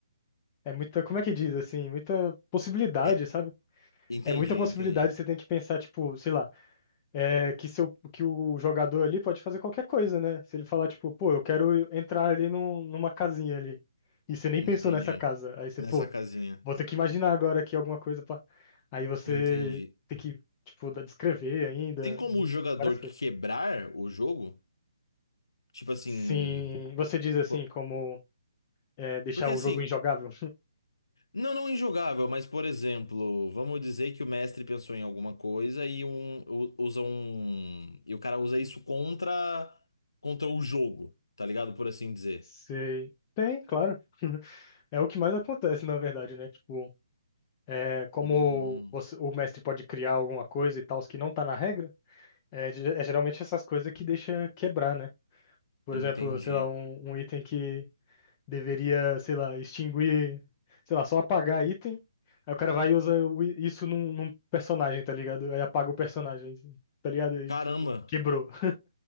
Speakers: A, on the left; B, on the left.
A: é muita, como é que diz assim? Muita possibilidade,
B: Re-
A: sabe?
B: Entendi,
A: É muita possibilidade.
B: entendi.
A: Você tem que pensar, tipo, sei lá é que, seu, que o jogador ali pode fazer qualquer coisa, né? Se ele falar, tipo, pô, eu quero entrar ali num, numa casinha ali. E você nem
B: Entendi.
A: pensou nessa casa. Aí você,
B: Nessa
A: pô,
B: casinha.
A: vou ter que imaginar agora aqui alguma coisa pra... Aí você
B: Entendi.
A: tem que, tipo, da- descrever ainda,
B: Tem como o jogador
A: várias coisas.
B: quebrar o jogo? Tipo assim.
A: Sim, você diz assim,
B: po-
A: como é, deixar
B: Porque
A: o
B: assim.
A: jogo injogável?
B: Não, não injogável, mas por exemplo, vamos dizer que o mestre pensou em alguma coisa e um u- usa um e o cara usa isso contra contra o jogo, tá ligado? Por assim
A: <laughs>
B: dizer.
A: Sei. Tem, claro. <laughs> É o que mais acontece, na verdade, né? Tipo, é, como
B: Hum,
A: você- o mestre pode criar alguma coisa e tal, que não tá na regra. É, ge- é geralmente essas coisas que deixa quebrar, né? Por
B: entendi.
A: exemplo, sei lá, um, um item que deveria, sei lá, extinguir, sei lá, só apagar item. Aí o cara vai e usa o i- isso num, num personagem, tá ligado? Aí apaga o personagem, assim, tá ligado? E,
B: Caramba.
A: tipo, quebrou. <laughs>